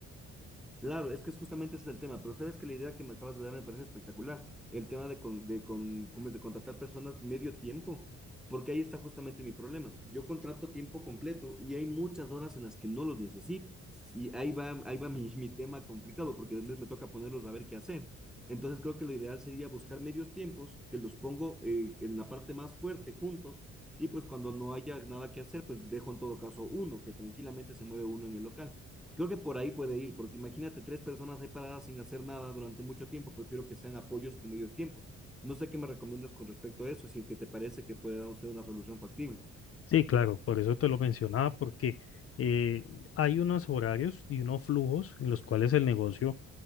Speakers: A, in the centre; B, on the left (about 50°).
A: Claro, es que es justamente ese es el tema, pero sabes que la idea que me acabas de dar me parece espectacular, el tema de, con, de, con, ¿cómo es? de contratar personas medio tiempo, porque ahí está justamente mi problema. Yo contrato tiempo completo y hay muchas horas en las que no los necesito. Y ahí va, ahí va mi, <laughs> mi tema complicado, porque después me toca ponerlos a ver qué hacer. Entonces creo que lo ideal sería buscar medios tiempos, que los pongo eh, en la parte más fuerte juntos, y pues cuando no haya nada que hacer, pues dejo en todo caso uno, que tranquilamente se mueve uno en el local Creo que por ahí puede ir, porque imagínate tres personas ahí paradas sin hacer nada durante mucho tiempo, prefiero que sean apoyos con medios tiempos. No sé qué me recomiendas con respecto a eso, si es que te parece que pueda ser una solución factible.
B: Sí, claro, por eso te lo mencionaba, porque eh, hay unos horarios y unos flujos en los cuales el negocio